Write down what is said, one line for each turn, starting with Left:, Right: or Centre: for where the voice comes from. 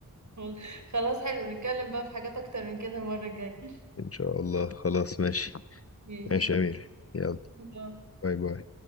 Right: <laughs> خلاص حلو نتكلم بقى في حاجات اكتر من كده المره الجايه <laughs>
Left: إن شاء الله خلاص ماشي
Right: ماشي
Left: ماشي يا أميرة يلا
Right: باي.
Left: باي باي